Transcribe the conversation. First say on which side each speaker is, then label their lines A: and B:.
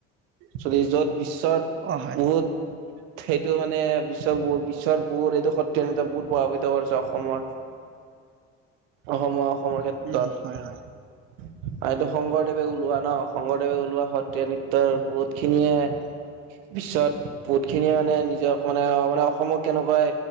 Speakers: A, on the right; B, on the right.
A: চ যত বিশ্ব চত
B: অ হয়
A: বহুত সেইটো মানে বিশ্ব বিশ্বত বহুত এইটো সত্ৰ বহুত প্ৰভাৱিত কৰিছে অসমত অসমৰ অসমৰ ক্ষেত্ৰত
B: উম
A: আৰু
B: হয় হয়
A: এইটো শংকৰদেৱে ওলোৱা ন' শংকৰদেৱে ওলোৱা সত্ৰীয়া নৃত্যৰ বহুত খিনিয়ে বিশ্বত বহুত খিনিয়ে মানে নিজক মানে, মানে অসমক কেনেকুৱাই,